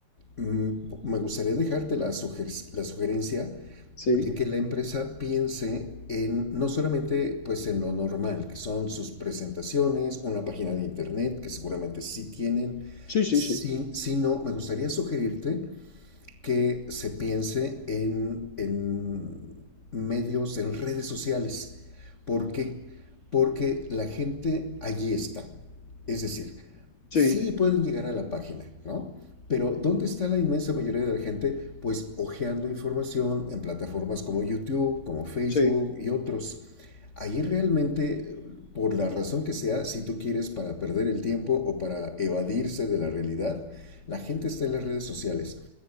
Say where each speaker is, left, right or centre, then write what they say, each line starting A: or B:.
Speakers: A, on the left; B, on the left.
A: mm, me gustaría dejarte la, suger la sugerencia
B: Sí,
A: de que la empresa piense en no solamente pues en lo normal, que son sus presentaciones, una página de internet que seguramente sí tienen,
B: sí, sí,
A: sí,
B: sí,
A: sino me gustaría sugerirte que se piense en, en medios, en redes sociales. ¿Por qué? Porque la gente allí está. Es decir,
B: sí,
A: sí pueden llegar a la página, ¿no? Pero ¿dónde está la inmensa mayoría de la gente? Pues hojeando información en plataformas como YouTube, como Facebook
B: sí,
A: y otros. Ahí realmente, por la razón que sea, si tú quieres para perder el tiempo o para evadirse de la realidad, la gente está en las redes sociales